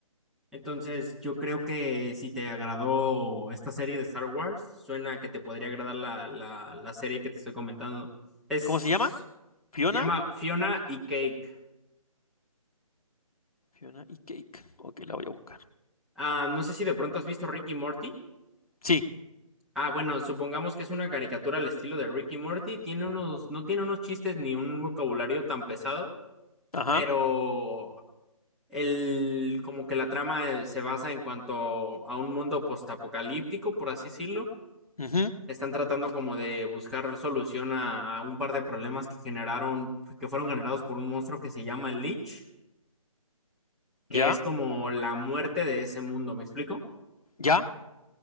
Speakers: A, in the centre; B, on the left (about 90°).
A: Entonces, yo creo que si te agradó esta serie de Star Wars, suena que te podría agradar la, la, la serie que te estoy comentando. Es,
B: ¿Cómo se llama? Fiona.
A: se llama Fiona y Cake.
B: Fiona y Cake. Ok, la voy a buscar.
A: Ah, no sé si de pronto has visto Rick y Morty.
B: Sí,
A: Ah, bueno, supongamos que es una caricatura al estilo de Rick y Morty. Tiene unos, no tiene unos chistes ni un vocabulario tan pesado,
B: ajá.
A: pero el, como que la trama eh, se basa en cuanto a un mundo postapocalíptico, por así decirlo
B: ujú,
A: están tratando como de buscar solución a, a un par de problemas que generaron, pues, que fueron generados por un monstruo que se llama el Lich, que
B: Ya,
A: es como la muerte de ese mundo, ¿me explico?
B: ya.